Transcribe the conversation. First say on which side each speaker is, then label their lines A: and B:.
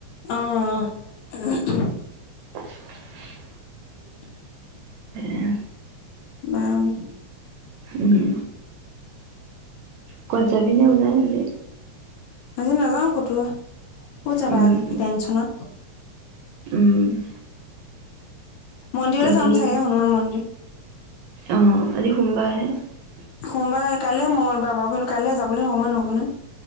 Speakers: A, on the left (about 75°); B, on the right (about 75°).
A: অ, অ <unintelligible>
B: <unintelligible>
A: <unintelligible>
B: এয়া।
A: <unintelligible>
B: উম। কবাত যাবিনে ওলাই আজি?
A: আজি নাযাও কতো। ক'ত যাবা
B: উম
A: আজি
B: উম
A: টেনচনত।
B: উম।
A: মন্দিৰ
B: তেতেলী
A: যাম চাগে হনুমান মন্দিৰ।
B: অ আজি সোমবাৰে হে।
A: সোমবাৰ কাইলে মঙগলবাৰ বাৰু কিন্তু কাইলৈ যাবলৈ সময় নহব নহয়।